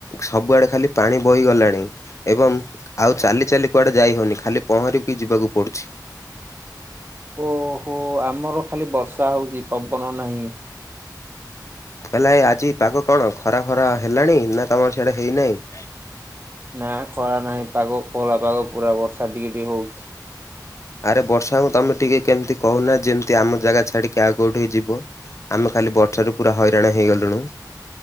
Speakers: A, on the left; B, on the right.
A: ସବୁଆଡେ ଖାଲି ପାଣି ବହି ଗଲାଣି। ଏବଂ ଆଉ ଚାଲି ଚାଲି କୁଆଡେ ଯାଇ ହଉନି ଖାଲି ପହଁରିକି ଯିବାକୁ ପଡୁଛି।
B: ଓହୋ ଆମର ଖାଲି ବର୍ଷା ହଉଛି ପବନ ନାହିଁ।
A: ହେଲା ଏ ଆଜି ପାଗ କଣ ଖରା ଖରା ହେଲାଣି ନା ତମର ସେଆଡେ ହେଇନାହିଁ?
B: ନା ଖରା ନାହିଁ ପାଗ ଖୋଲା ପାଗ ପୁରା ବର୍ଷା ଟିକେ ଟିକେ ହଉଛି
A: ଆରେ ବର୍ଷାଙ୍କୁ ତମେ ଟିକେ କେମିତି କହୁନା ଯେମିତି ଆମ ଜାଗା ଛାଡିକି ଆଉ କୋଉଠିକି ଯିବ। ଆମେ ଖାଲି ବର୍ଷାରୁ ପୁରା ହଇରାଣ ହେଇଗଲୁଣୁ।